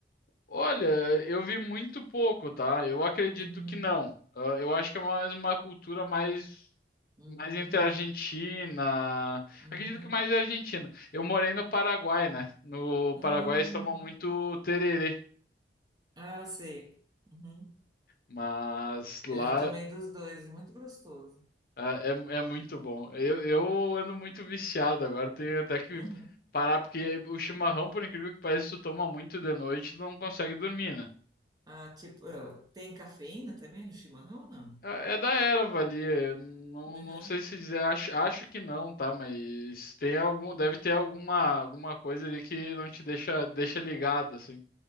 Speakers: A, on the left; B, on the right.
A: Olha, eu vi muito pouco, tá? Eu acredito
B: Uhum,
A: que não. Ah, eu acho que é mais uma cultura mais,
B: uhum,
A: mais entre a Argentina.
B: uhum.
A: Acredito que mais a Argentina. Eu morei no Paraguai, né? No
B: Hum.
A: Paraguai eles tomam muito tererê,
B: Ah, sei. Uhum.
A: mas lá
B: Eu já tomei dos dois, é muito gostoso.
A: Ah, É, é muito bom. Eu, eu ando muito viciado agora, tenho até que
B: Uhum.
A: parar, porque o chimarrão, por incrível que pareça, tu toma muito de noite, tu não consegue dormir, né?
B: Ah, tipo, ah, tem cafeína também no chimarrão? Não.
A: É é da erva ali, eu não,
B: Uhum.
A: não sei se dizer, acho, acho que não, tá? Mas tem algum, deve ter alguma, alguma coisa ali que não te deixa, deixa ligado, assim.